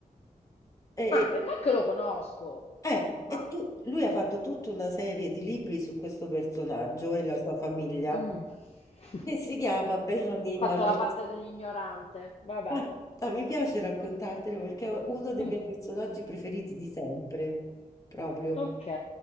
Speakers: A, on the left (about 25°); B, on the left (about 45°).
A: E,
B: Ma per me che lo conosco,
A: eh, e
B: ma
A: tu- lui ha fatto tutta una serie di libri su questo personaggio e la sua famiglia,
B: mm. <laughs>
A: che si chiama Benjamin
B: Fatto
A: Malone.
B: la parte dell'ignorante, vabbè.
A: No, no, mi piace raccontartelo perché è uno dei
B: Mm.
A: miei personaggi preferiti di sempre, proprio,
B: Ok,